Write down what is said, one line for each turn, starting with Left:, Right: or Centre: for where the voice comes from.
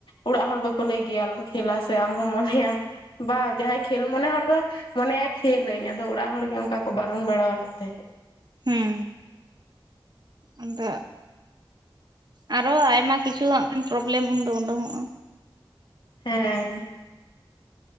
Left: ᱚᱲᱟᱜ ᱦᱚᱲ ᱫᱚᱠᱚ ᱞᱟᱹᱭ ᱜᱮᱭᱟ ᱟᱞᱚᱢ ᱠᱷᱮᱞᱟ ᱥᱮ ᱟᱢ ᱦᱚᱢ ᱢᱚᱱᱮᱭᱟ ᱵᱟᱝ ᱡᱟᱦᱟᱸᱭ ᱠᱷᱮᱞ ᱢᱚᱱᱮ ᱦᱚᱲ ᱫᱚ ᱢᱚᱱᱮᱭᱟᱭ ᱠᱷᱮᱞ ᱟᱹᱧ ᱟᱫᱚ ᱚᱲᱟᱜ ᱦᱚᱲ ᱚᱱᱠᱟ ᱠᱚ ᱵᱟᱨᱚᱱ ᱵᱟᱲᱟᱟᱣ ᱟᱹᱱᱤᱡ <unintelligible>
Right: ᱦᱮ᱾ᱸ ᱟᱫᱚ ᱟᱨᱚ ᱟᱭᱢᱟ ᱠᱤᱪᱷᱩ ᱦᱟᱜ ᱠᱷᱟᱱ ᱯᱨᱚᱵᱞᱮᱢ ᱩᱱᱫᱚ ᱩᱰᱩᱠᱚᱜᱼᱟ᱾
Left: ᱦᱮᱸ